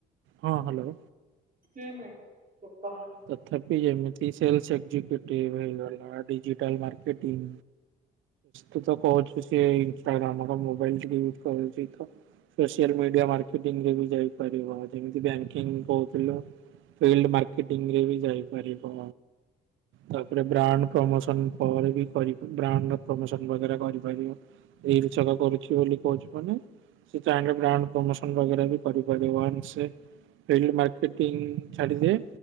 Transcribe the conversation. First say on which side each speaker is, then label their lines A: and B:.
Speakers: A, on the right; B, on the right.
A: ହଁ ହ୍ୟାଲୋ
B: ହୁଁ ହୁଁ କହ
A: ତଥାପି ଯେମିତି ସେଲସ ଏକ୍ଜଟିଭ ହେଇଗଲା ଡିଜିଟାଲ ମକେଟିଂ ତୁ ତ କହୁଛୁ ସିଏ ଇନଷ୍ଟାଗ୍ରାମ ମୋବାଇଲ ଟିକେ ୟୁଜ୍ କରୁଛି ତ ସୋସିଆଲ ମିଡିଆ ମାର୍କେଟିଂରେ ବି ଯାଇପାରିବ ଯେମତି ବ୍ୟାଙ୍କିଙ୍ଗ କହୁଥିଲୁ ଫିଲ୍ ମାର୍କେଟିଂ ରେ ବି ଯାଇପାରିବ ତାପରେ ବ୍ରାଣ୍ଡ ପ୍ରମୋସନ ପରେ ବି ବ୍ରାଣ୍ଡ ପ୍ରମୋସନ ବଗେରା କରିପାରିବ ରିଲସ ଏଗା କରୁଛି ବୋଲି କହୁଛି ମାନେ ସେ ଚାହିଁଲେ ବ୍ରାଣ୍ଡ ପ୍ରମୋସନ ବଗେରା ବି କରିପାରିବ ଆଣ୍ଡ ସେ <unintelligible> ମାର୍କେଟିଂ ଛାଡିଦିଏ।